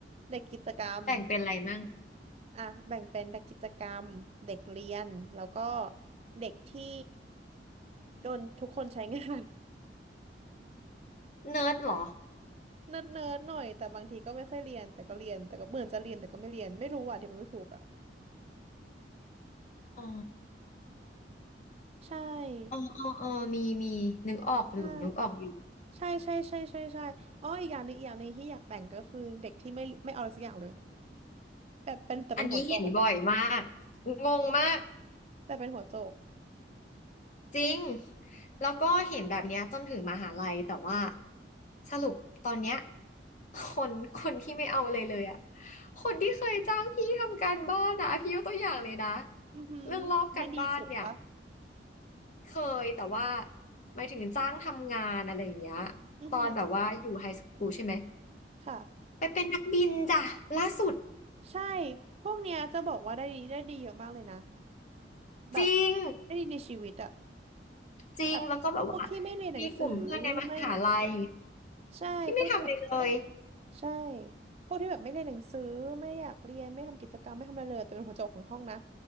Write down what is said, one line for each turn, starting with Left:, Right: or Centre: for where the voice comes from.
Right: เด็กกิจกรรม
Left: แบ่งเป็นอะไรมั่ง
Right: อ่ะแบ่งเป็นเด็กกิจกรรมเด็กเรียนแล้วก็เด็กที่โดนทุกคนใช้งาน
Left: เนิร์ดเหรอ
Right: <laughs> เนิร์ดๆหน่อยแต่บางทีก็ไม่ค่อยเรียนแต่ก็เรียนแต่ก็เหมือนจะเรียนแต่ก็ไม่เรียนไม่รู้อ่ะเดี๋ยวมันไม่ถูกอ่ะ
Left: อ๋อ
Right: ใช่
Left: เออเออเออมีมีนึกออกหรือนึกออกอยู่
Right: ใช่ ใช่ใช่ใช่ใช่ใช่อ๋ออีกอย่างหนึงอีกอย่างหนึงที่อยากแบ่งก็คือเด็กที่ไม่ไม่เอาอะไรสักอย่างเลยแบบเป็นแต่เป็นหัวโจกอะ
Left: อันนี้เห็นบ่อยมากงงมาก
Right: แต่เป็นหัวโจก
Left: จริงแล้วก็เห็นแบบเนี้ยจนถึงมหาลัยแต่ว่าสรุปตอนเนี้ยคนคนที่ไม่เอาเลยเลยอะคนที่เคยจ้างพี่ทำการบ้านนะพี่ยกตัวอย่างเลยนะ
Right: อือหือได้ดีสุดปะ
Left: เรื่องลอกการบ้านเนี่ยเคยแต่ว่าหมายถึงจ้างทำงานอะไรอย่างเงี้ย
Right: อือหือ
Left: ตอนแบบว่าอยู่ไฮสคูลใช่ไหม
Right: ค่ะ
Left: ไปเป็นนักบินจ้ะล่าสุด
Right: ใช่พวกเนี้ยจะบอกว่าได้ดีได้ดีเยอะมากเลยนะแบบ
Left: จริง
Right: ได้ดีในชีวิตอะ
Left: จริงแล้วก็แบบว่า
Right: แบบพวกที่ไม่เรียนหนังสือ
Left: มีกลุ่มเพื่อนในมหาลัย
Right: ไม่ใช่พวกที่แบบ
Left: พี่ไม่ทำอะไรเลยเลย
Right: ใช่พวกที่แบบไม่เรียนหนังสือไม่อยากเรียนไม่ทำกิจกรรมไม่ทำอะไรเลยแต่เป็นหัวโจกของห้องนะ